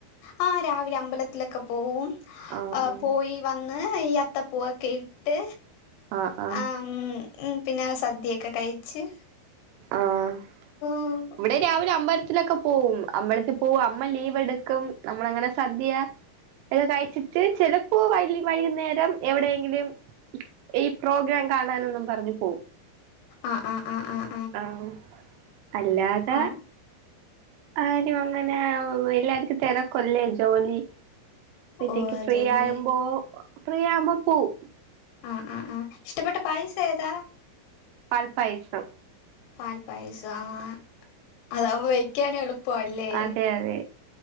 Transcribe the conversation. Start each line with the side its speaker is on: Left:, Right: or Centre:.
Left: ആഹ് രാവിലെ അമ്പലത്തിലൊക്കെ പോവും
Right: ആഹ് ആഹ്
Left: പോയി വന്ന് ഈ അത്തപൂവൊക്കെ ഇട്ട്
Right: ആഹ് ആഹ്
Left: ആഹ് പിന്നെ സദ്യെക്കെ കഴിച്ച്
Right: ആഹ്
Left: ഉം
Right: ഇവിടെ രാവിലെ അമ്പര ത്തിലൊക്ക പോവും അമ്പളത്തി പോവും അമ്മ ലീവ് എടുക്കും നമ്മളങ്ങനെ സദ്യാ കഴിച്ചിട്ട് ചെലപ്പോ വല്ല വൈകുന്നേരം എവിടെയെങ്കിലും ഈ പ്രോഗ്രാം കാണാനെന്നും പറഞ്ഞ് പോം
Left: ആഹ് ആഹ് ആഹ് ആഹ്
Right: ആഹ് അല്ലാത
Left: ആഹ്
Right: ആരു അങ്ങനെ എല്ലാർക്കും തെരക്കൊല്ലേ ജോലി പ്പത്തേക്ക്
Left: ഓഹ് അതെല്ലേ
Right: ഫ്രീ ആയുമ്പോ ഫ്രീ ആമ്പൊ പോം
Left: ആഹ് ആഹ് ആഹ് ഇഷ്ടപ്പെട്ട പായസം ഏതാ
Right: പാൽപായസം
Left: പാൽപായസം ആഹ് അതാവുമ്പൊ വെക്കാനു എളുപ്പാല്ലേ
Right: അതെ അതെ